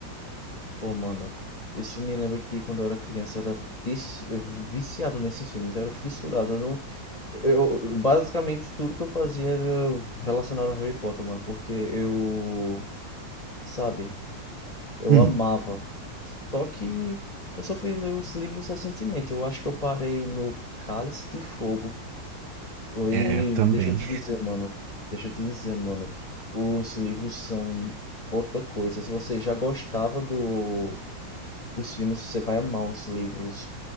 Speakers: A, on the left (about 35°); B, on the right (about 70°).
A: Pô, mano, isso me lembra que quando eu era criança eu era fiss- viciado nesses filmes, eu era fissurado. Eu não... eu, eu- basicamente tudo que eu fazia era relacionado a Harry Potter, mano, porque eu, sabe, eu
B: Hum,
A: amava. Só que eu só fui ler os livros recentemente. Eu acho que eu parei no Cálice de Fogo.
B: é,
A: E
B: eu também.
A: deixa eu te dizer, mano, deixa eu te dizer, mano, os livros são outra coisa. Se você já gostava do os filmes, você vai amar os livros.